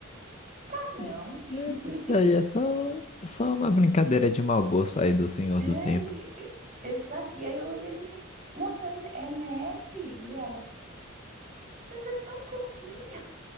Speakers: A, on the right; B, on the left.
A: ah, não.
B: É,
A: <laughs>
B: Isso daí é só, é só uma brincadeira de mau gosto aí do Senhor
A: É,
B: do Tempo.
A: exato. E aí eu olhei assim e falei, moça, é é neve? E ela, mas é tão pouquinho. <laughs>